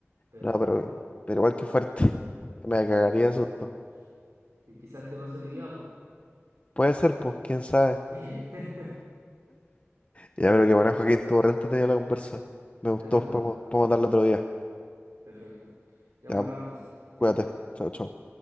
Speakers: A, on the right; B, on the left.
A: Pero,
B: No, pero, pero
A: no
B: igual
A: sé.
B: que fuerte.
A: Mm,
B: <laughs> Me cagaría
A: Sí,
B: de
A: un
B: susto.
A: poco. Y quizás te pasó hoy día, pues.
B: Puede ser, pues, quién sabe.
A: <laughs>
B: Ya, pero que bueno, Joaquín, estuvo re entretenida la conversa.
A: Sí.
B: Me gustó,
A: Es verdad,
B: podemos,
A: me gustó.
B: podemos darle otro día.
A: Perfecto. Ya
B: Ya,
A: por
B: pues,
A: lado entonces, que estés
B: cuídate.
A: bien.
B: Chao, chao.